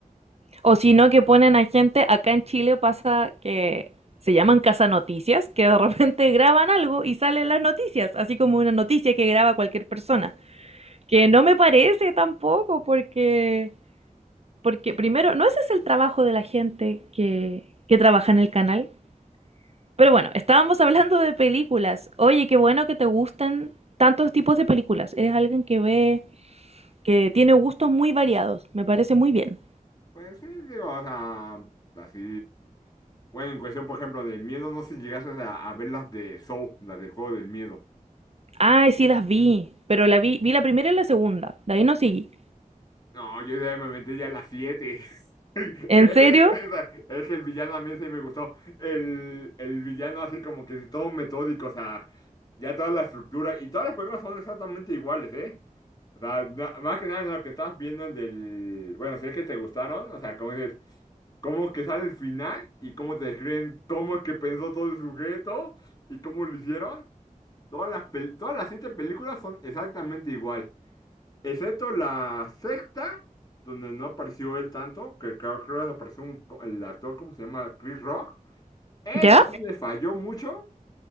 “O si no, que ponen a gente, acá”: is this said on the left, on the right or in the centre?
Right